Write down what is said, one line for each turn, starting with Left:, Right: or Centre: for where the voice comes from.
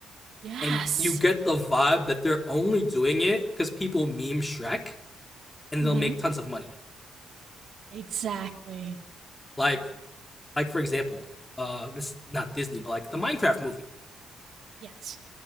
Right: Yes.
Left: and you get the vibe that they're only doing it because people meme shrek and
Right: Mhm.
Left: they'll make tons of money
Right: Exactly.
Left: like like for example uh this not disney but like the minecraft movie
Right: Yes.